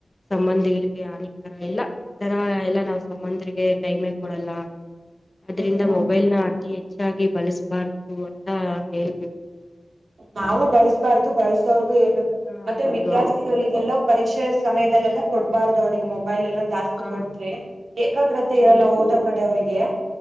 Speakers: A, on the left (about 30°); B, on the right (about 75°).
A: ಸಂಬಂ ಆರೊಗ್ಯಗೆ ಹಾನಿಕರ ಎಲ್ಲ ಒಂಥರ ಎಲ್ಲಾ ನಾವ್ ಸಂಬಂಧರಿಗೆ ಟೈಮೇ ಕೊಡಲ್ಲ. ಅ್ರಿಂದ
B: ಹ್ಮ್
A: ಮೊಬೈಲ್ನ ಅತಿ ಹೆಚ್ಚಾಗಿ ಬಳಸಬಾರ್ದು ಅಂತ ಹೇಳ್ಬೇಕು. ನಾವು
B: ನಾವು ಬಳಸ್ಬಾರ್ದು ಬಳಸೋರ್ಗೂ ಹೇಳ್ಬೇಕು
A: ಹಾ
B: ಮತ್ತೆ
A: ಹೌದು
B: ವಿದ್ಯಾರ್ಥಿಗಳಿಗೆಲ್ಲ
A: ಅದು
B: ಪರೀಕ್ಷೆ. ಸಮಯದಲ್ಲ ಕೊಡಬಾರ್ದು ಅವ್ರಿಗೆ ಮೊಬ ಮೊಬೈಲ್ ಎಲ್ಲಾ ಜಾಸ್ತಿ
A: ಹ
B: ಕೊಟ್ರಿ ಏಕಾಗ್ರತೆ ಇರಲ್ಲ
A: ಹ್ಮ್
B: ಓದೋ ಕಡೆ ಅವರಿಗೆ.